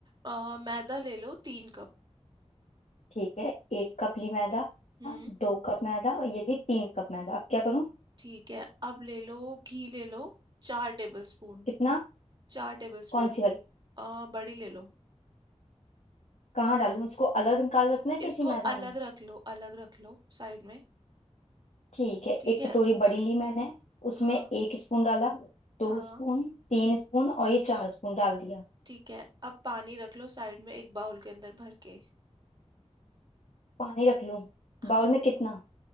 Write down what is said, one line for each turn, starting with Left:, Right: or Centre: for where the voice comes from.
Right: अ, मैदा
Left: हाँ
Right: ले लो तीन कप
Left: ठीक है एक कप ली मैदा
Right: हम्म
Left: दो कप मैदा और ये ली तीन कप मैदा अब क्या करूँ
Right: ठीक है अब ले लो घी ले लो चार टेबल स्पून
Left: कितना
Right: चार table spoon
Left: कौन सी वाली
Right: आ, बड़ी ले लो
Left: कहाँ डालूं इसको अलग निकाल रखना है
Right: इसको
Left: किसी मैदा
Right: अलग
Left: में
Right: रख लो अलग रख लो साइड में
Left: ठीक है
Right: ठीक
Left: एक
Right: है
Left: कटोरी बड़ी ली मैंने उसमें
Right: हाँ
Left: एक स्पून डाला दो
Right: हाँ
Left: स्पून तीन स्पून और ये चार स्पून डाल दिया
Right: ठीक है अब पानी रख लो साइड में एक बाउल के अंदर भर के
Left: पानी रख लूं
Right: हाँ
Left: बाउल में कितना